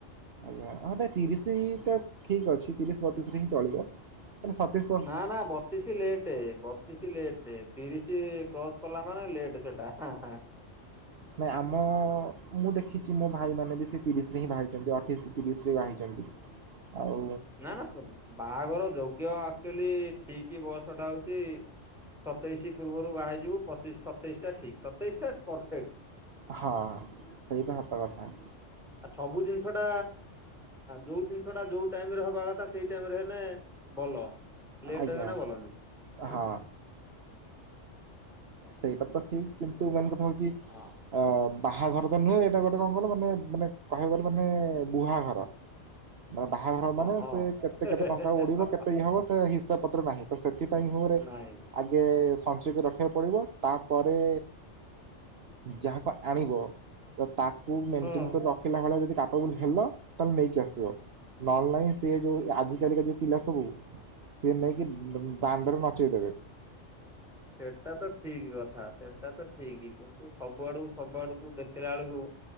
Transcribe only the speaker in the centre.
ନାଁ- ନାଁ ବତିଶ ଲେ ଟ୍ ବତିଶି ଲେଟ୍ ତିରିଶ କ୍ରସ୍ କଲା ମାନେ, ଲେଟ ସେଟା ହଁ- ହଁ।
ନାଁ - ନାଁ ବାହାଘର ଯୋଗ୍ୟ ଆକ୍ଚୁଆଲି ଠିକ ବୟସଟା ହଉଛି ସତେଇଶି ପୂର୍ବରୁ ବାହାରିଯିବୁ, ପଚିଶ ସତେଇଶିଟା ଠିକ ସତେଇଶିଟା ପରଫେକ୍ଟ।
ଆ ସବୁ ଜିନିଷଟା ଯୋଉ, ଜିନିଷଟା ଯୋଉ ଟାଇମରେ ହବା କଥା ସେଇ ଟାଇମରେ ହେଲେ ଭଲ ଲେଟ
ହେଲେ ମାନେ ଭଲ ନୁହଁ।
ହଁ
ହଁ
ହଁ।
ନାଇଁ
ହଁ
ସେଟା ତ ଠିକ କଥା ସେଟା ତ ଠିକ କିନ୍ତୁ ସବୁଆଡକୁ ସବୁ ଆଡକୁ ଦେଖିଲା ବେଳକୁ